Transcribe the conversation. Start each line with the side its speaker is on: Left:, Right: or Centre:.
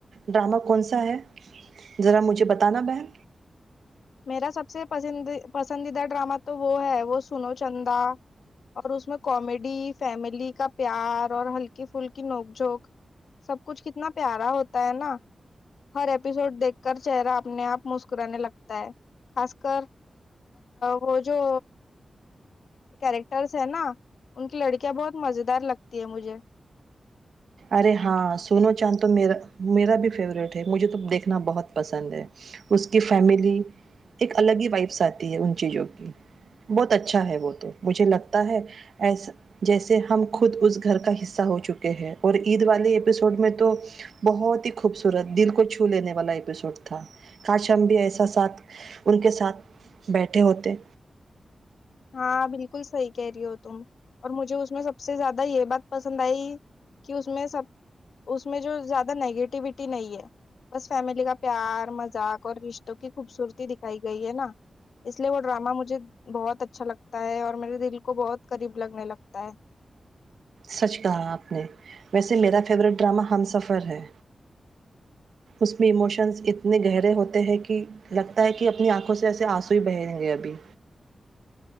Right: ڈرامہ کون سا ہے ذرا مجھے بتانا بہن
Left: ما سب پسندیدہ ڈرامہ تو وہ ہے وہ سنو چندا اور اس میں کامیڈی فیملی کا پیار اور ہلکی پھلکی نوک جھونک سب کچھ کتنا پیارا ہوتا ہے نا ہر ایپیسوڈ دیکھ کر چہرہ اپنے آپ مسکرانے لگتا خاص کر وہ جو کیریکٹرس ہے نا ان کی لڑکیاں بہت مز دار لگتی ہے مجھے
Right: ارے ہاں سونو چاند تو ما میرا بھی فیوروریٹ ہے مجھے تو دیکھنا بہت پسند ہے اس کی فیملی ایک الگ ہی وائفس آتی ہے ان چیزوں کی بہت اچھا ہے وہ تو مجھے لگتا ہے ایس جیسے ہم خود اس گھر کا حصہ ہو چکے ہیں اور عید والے ایپیسوڈ میں تو بہت ہی خوبصورت دل کو چھو لینے والا ایپیسوڈ تھا کاش ہم بھی ایسا ساتھ ان کے ساتھ بیٹھے ہوتے
Left: ہاں بالکل صحیح کہہ رہی ہو تم اور مجھے اس میں سب سے زیادہ یہ بات پسند آئی کہ اس میں سب اس میں جو زیادہ نگیٹیوٹی نہیں ہے بس فیملی کا پیار مذاق اور رشتوں کی خوبصورتی دکھائی گئی ہے نا اس لیے وہ ڈرامہ مجھے بہت اچا اچھا لگتا ہے اور میرے دل کو بہت قریب لگنے لگتا ہے
Right: سچ کہا آپ نے ویسے میرا فیورٹ ڈرامہ ہم سفر ہے اس میں اموشنس اتنے گہرے ہوتے ہیں کہ لگتا ہے کہ اپنی آنکھوں سے ایسے آنسوئی بہیں گے ابھی